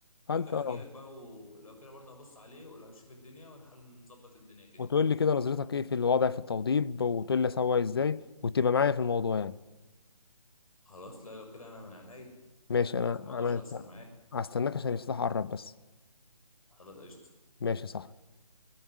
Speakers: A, on the left; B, on the left.
A: فانت
B: لو كده
A: اه
B: هجيلك بقى ولو كده برضه هبص عليه ولو اشوف الدنيا ونحاول نظبط الدنيا كده.
A: وتقول لي كده نظرتك ايه في الوضع في التوضيب وتقول لي اسوي ازاي وتبقى معايا في الموضوع يعني
B: خلاص لا لو كده انا من عينيا
A: ماشي
B: انت عارفني
A: انا
B: ما اقدرش
A: انا
B: اقصر معاك
A: هستناك عشان يفتح قرب بس
B: خلاص قشطه
A: ماشي صح